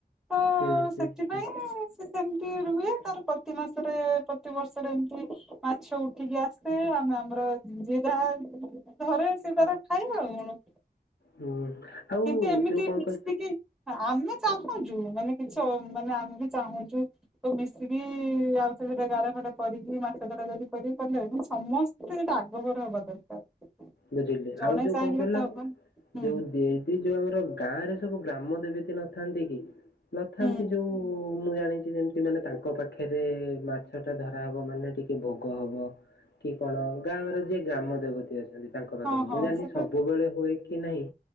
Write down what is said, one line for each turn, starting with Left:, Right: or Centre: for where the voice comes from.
Centre: ହ
Left: ହୁଁ
Centre: ସେଥିପାଇଁ
Left: ହୁଁ ହୁଁ
Centre: ସେ ସେମ୍ ରୁହେ ତାର ପ୍ରତି ମାସରେ ପ୍ରତି ବର୍ଷରେ ଏମିତି ମାଛ ଉଠିକି ଆସେ ଆମେ ଆମର ଜିରା ଘରେ ସିଏ ତାର ଖାଏ ଆଉ କଣ?
Left: ହୁଁ। ଆଉ
Centre: କିନ୍ତୁ ଏମିତି
Left: ଯୋଉ କଣ
Centre: ମିଶକି
Left: କହିଲ
Centre: ଆମେ ଚାହୁଁଛୁ ମାନେ କିଛି ମାନେ ଆମେ ବି ଚାହୁଁଛୁ ତ ମିଶିକି ଆଉ ସେ ଗା କରିକି ମାସ ଧର ଯଦି କରିବି ସମସ୍ତେ ସେଟା ଆଗଭର ହବା ଦରକାର।
Left: ବୁଝିଲେ
Centre: ଜଣେ
Left: ଆଉ ଯୋଉ
Centre: ଚାହିଁଲେ
Left: କଣ କହିଲ
Centre: ତ ହବନି ହୁଁ
Left: ଯୋଉ ଏ ଯୋଉ ଆମର ଗାଁରେ ସବୁ ଗ୍ରାମ ଦେବତୀ ନଥାନ୍ତି କି ନଥାନ୍ତି
Centre: ହୁଁ
Left: ଯୋଉ ମୁଁ ଜାଣିଛି ଯେମିତି ମାନେ ତାଙ୍କ ପାଖରେ ମାଛ ଟା ଧରାହବ ମାନେ ଟିକେ ଭୋଗ ହବ। କି କଣ ଗାଁର ଯିଏ ଗ୍ରାମ ଦେବତୀ ଅଛନ୍ତି ତାଙ୍କ ପାଖରେ
Centre: ହଁ ହଁ
Left: ମୁଁ ଜାଣିନି
Centre: ସେଟା
Left: ସବୁବେଳେ ହୁଏ କି ନାହିଁ?